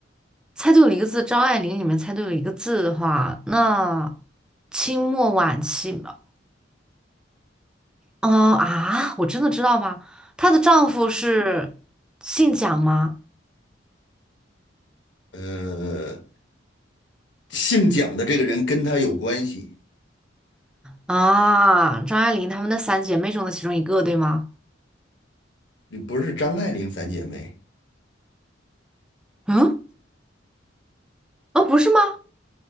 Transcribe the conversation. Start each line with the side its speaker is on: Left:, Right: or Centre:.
Centre: 猜对了一个字，张爱玲里面猜对了一个字的话，那清末晚期吧，嗯、啊，我真的知道吗？她的丈夫是姓蒋吗？
Left: 呃，姓蒋的这个人跟他有关系，
Centre: 啊，张爱玲她们的三姐妹中的其中一个，对吗？
Left: 不是张爱玲三姐妹，
Centre: 嗯，啊，不是吗？